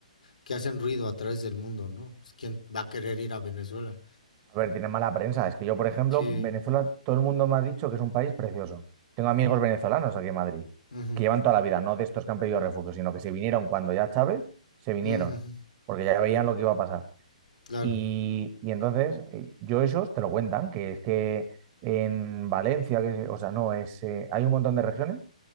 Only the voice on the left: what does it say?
que hacen ruido a través del mundo, ¿no? Pues, ¿Quién va a querer ir a Venezuela?
Sí.
Ujú,
ujú,
Claro.